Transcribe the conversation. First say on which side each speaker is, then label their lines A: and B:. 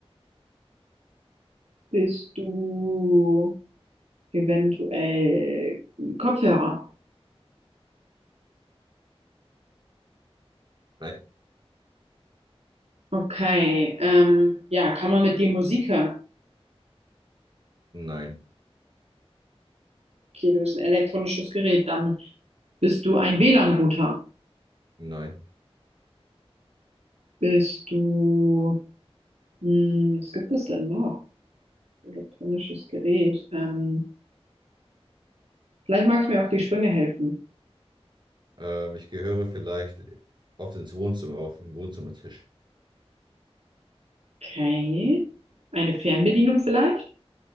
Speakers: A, on the right; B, on the right.
A: Bist du eventuell Kopfhörer?
B: Nein.
A: Okay, ähm, ja, kann man mit dir Musik hören?
B: Nein.
A: Okay, du bist ein elektronisches Gerät. Dann bist du ein WLAN-Router.
B: Nein.
A: Bist du, hm, was gibt es denn noch? Elektronisches Gerät. Ähm, vielleicht magst du mir auf die Sprünge helfen.
B: Ähm, ich gehöre vielleicht oft ins Wohnzimmer, auf den Wohnzimmertisch.
A: Okay, eine Fernbedienung vielleicht?